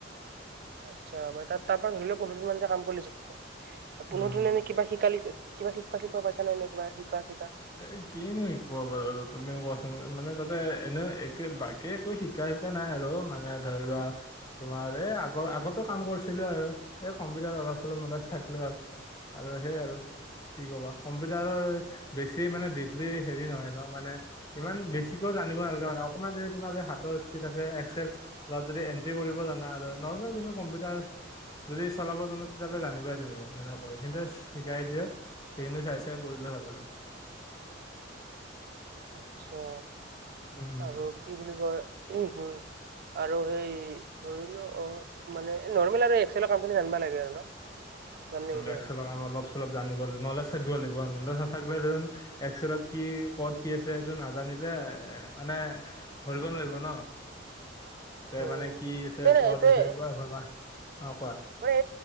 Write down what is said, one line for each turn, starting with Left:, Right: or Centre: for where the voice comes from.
Right: আচ্ছা বা তাত তাৰ পৰা ধৰি লও পোন্ধৰ দিন মান যে কাম কৰিছে ক পোন্ধৰ
Left: উম হম
Right: দিন এনে কিবা শিকালি কিবা শিকপা চিকপা পাইছা নে এনেকুৱা শিকা চিকা
Left: এ কিনো শিকোৱা বাৰু আৰু তুমিও কোৱাচান মানে তাতে এনে একে বাক কে একো শিকা চিকা নাই আৰু মানে ধৰি লোৱা তোমাৰ এই আগৰ আগত টো কাম কৰিছিলো আৰু এই কম্পিউটাৰ অলপ চলপ নলেজ থাকিলে আ আৰু সেইয়ে আৰু কি ক'বা কম্পিউটাৰৰ বেছি মানে দিপলি হেৰি নহয় ন মানে ইমান বেছিকেও জানিব নালগে মানে অকণমান যদি তোমাৰ যে হাতৰ স্পীড আছে একচেছ লাৰ যদি এন চি কৰিব জানা আৰু নৰ্মেল ধৰা কম্পিউটাৰ যদি চলাব জানা তেতিয়াহ'লে জানিবাই তুমি এনেকৈ কিন্তু শিকাই দিয়ে এই খিনি চাই চাই কৰিলেই হ'ল আৰু
Right: আচ্ছা
Left: উম
Right: আৰু কি বুলি কয় উম হো আৰু সেই ধৰি লোৱা অ মানে নৰ্মেল আৰু এক্সেলৰ কামখিনি জানিবা লাগে আৰু ন জানলি হৈ যায়
Left: এক্সেলৰ
Right: আৰু।
Left: অলপ চলপ জানিব নলেজ থাকিব লাগিব নলেজ নাথাকিলে যেন। এক্সেলত কি ক'ত কি আছে এইটো নাজানিলে মানে ধৰিব নোৱাৰিব ন। এ
Right: উম
Left: মানে কি আছে
Right: তই
Left: কত
Right: তই
Left: দিছে বা ভাবা, অ কোৱা।
Right: মানে